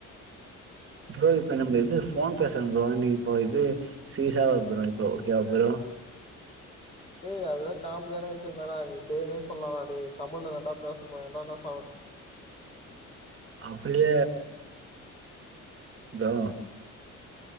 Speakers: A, on the right (about 45°); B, on the left (about 20°).
A: ப்ரோ இப்பொ நம்ப இது ஃபோன் பேச ப்ரோ நீ போ இது சீரியஸா இருக்கனு இப்போ ஓகே வா ப்ரோ
B: ஏய் அதுல காம்டியான விஷயோ தான்டா நீ டே நே சொல்லலா டா தமிழ்ல தா டா பேசணு இன்னானாச்
A: அப்டில்ல தா